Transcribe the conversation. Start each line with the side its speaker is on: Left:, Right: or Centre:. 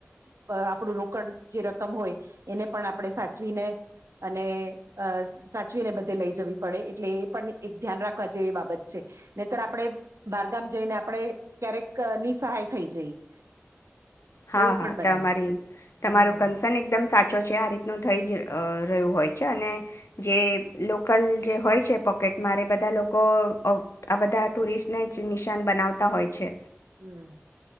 Right: પ આપણું રોકડ જે રકમ હોય એને પણ આપણે સાચવીને અને સાચવીને બધે લઈ જવી પડે, એટલે એ પણ એક ધ્યાન રાખવા જેવી બાબત છે, નેતર આપણે બહારગામ જઈને આપડે ક્યારેક ની સહાય થઈ જઈએ.
Left: હા
Right: એવું પણ
Left: હા
Right: બને
Left: તમારી તમારું
Right: હમ
Left: કન્સન એકદમ સા ચું છે આ રીતનું થઈ જ અહ રહ્યું હોય છે અને જે લોકલ જે હોય છે પોકેટમાંરે એ બધા લોકો વ આ બધા ટુરિસ્ટને જ નિશાન બનાવતા હોય છે.
Right: હા.